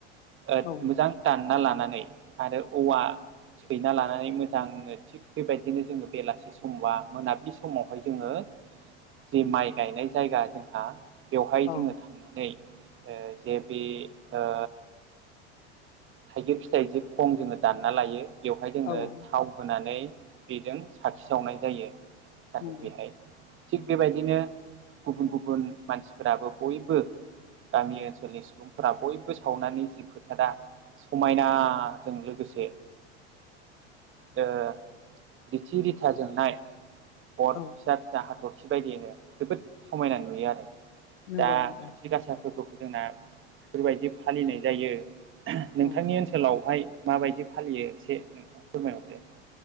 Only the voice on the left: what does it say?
औ
औ
औ
नंगौ
औ
नंगौ
नंगौ
औ